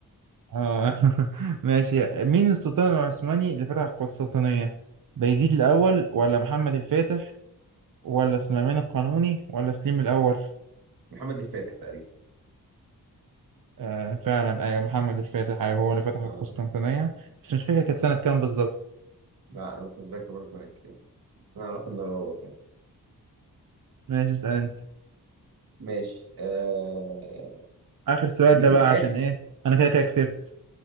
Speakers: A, on the right; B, on the right.
A: اه <laughs> ماشي مين السلطان العثماني اللي فتح القسطنطينية بايزيد الأول ولا محمد الفاتح ولا سليمان القانوني ولا سليم الأول
B: محمد الفاتح تقريبا
A: آه فعلا أيوة محمد الفاتح أيوة هو اللي فتح القسطنطينية
B: اه
A: بس مش فاكر كانت سنة كام بالظبط
B: لا انا مش متذكر برضه سنه كام بس انا اعرف ان هو كان
A: ماشي اسأل أنت
B: ماشي آه...
A: آخر سؤال
B: مين
A: ده بقى
B: اخر
A: عشان إيه أنا كده كده كسبت